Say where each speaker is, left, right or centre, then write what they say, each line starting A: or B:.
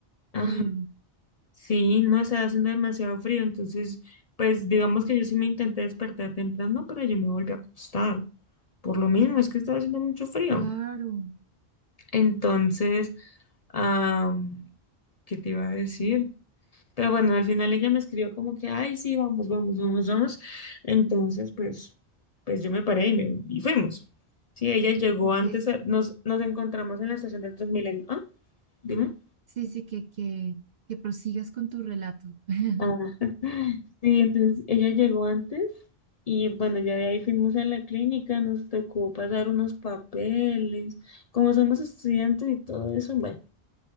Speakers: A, on the left; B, on the right.
A: ajá,
B: horrible.
A: sí, no está haciendo demasiado frío, entonces, pues digamos que yo sí me intenté despertar temprano, pero yo me volví a acostar, por lo mismo, es que estaba haciendo mucho frío.
B: Claro.
A: Entonces, am, ¿qué te iba a decir? Pero bueno, al final ella me escribió como que, ay, sí, vamos, vamos, vamos, vamos. Entonces, pues, pues yo me paré y, me, y fuimos. Sí, ella llegó
B: Ok,
A: antes,
B: sí.
A: a- nos, nos encontramos en la estación del Transmilenio. Ah, dime.
B: Sí, sí, que, que, que prosigas con tu relato. <laughs>
A: Ah, <laughs> sí, entonces ella llegó antes y bueno, ya de ahí fuimos a la clínica, nos tocó pasar unos papeles, como somos estudiantes y todo eso, bueno,